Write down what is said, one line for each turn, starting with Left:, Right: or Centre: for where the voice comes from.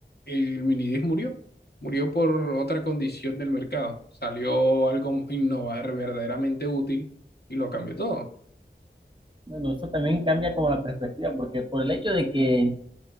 Left: el Minidisc murió. Murió por otra condición del mercado. Salió algo innovar verdaderamente útil y lo cambió todo.
Right: Bueno, eso también cambia como la perspectiva, porque por el hecho de que